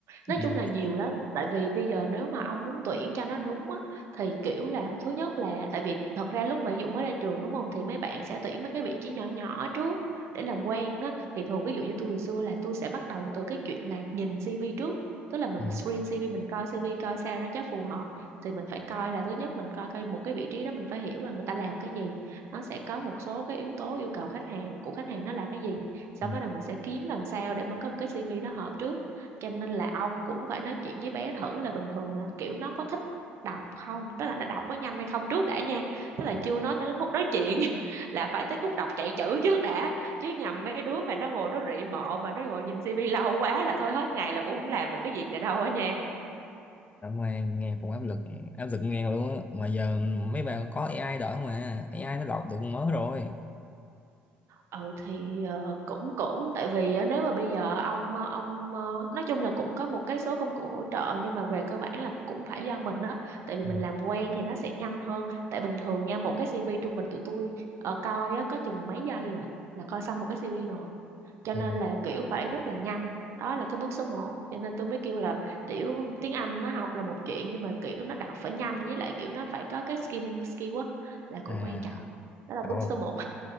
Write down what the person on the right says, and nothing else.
Nói chung là nhiều lắm tại vì bây giờ nếu mà ông muốn tuyển cho nó đúng á thì kiểu là thứ nhất là tại vì thật ra lúc mà ví dụ mới ra trường đúng không thì mấy bạn sẽ tuyển mấy cái vị trí nhỏ nhỏ trước để làm quen á thì thường ví dụ như tôi hồi xưa là tôi sẽ bắt đầu từ cái chuyện là nhìn CV trước tức là mình
screen CV mình coi CV coi sao nó chắc phù hợp thì mình phải coi là thứ nhất mình coi coi một cái vị trí đó mình phải hiểu là người ta làm cái gì nó sẽ có một số cái yếu tố yêu cầu khách hàng của khách hàng nó là cái gì sau
đó đầu mình sẽ kiếm làm sao để mà có một cái CV nó hợp trước cho nên là ông cũng phải nói chuyện với bé thử là bình thường là kiểu nó có thích đọc không tức là nó đọc có nhanh hay không trước đã nha tức là chưa nói tới cái khúc nói chuyện <laughs> là phải tới khúc đọc chạy chữ trước đã chứ nhầm mấy đứa mà nó ngồi nó rị mọ mà nó ngồi nhìn tivi lâu quá là thôi hết ngày là cũng không làm được cái việc này đâu á nha
ừ thì ờ, cũng cũng tại vì á, nếu mà bây giờ ông ờ, ông ờ, nói chung là cũng có một cái số công cụ hỗ trợ nhưng mà về cơ bản là cũng phải do mình đó tại vì
mình làm quen thì nó sẽ nhanh hơn tại bình thường nha một cái CV trung bình tụi tôi ờ, coi á có chừng mấy giây à là coi xong một cái CV rồi cho
nên là kiểu phải rất là nhanh đó là cái bước số một cho nên tôi mới kêu là tiểu tiếng Anh nó học là một chuyện nhưng mà kiểu nó đọc phải nhanh với lại kiểu nó phải có cái skimming skill á là cũng
quan trọng đó là
bước số một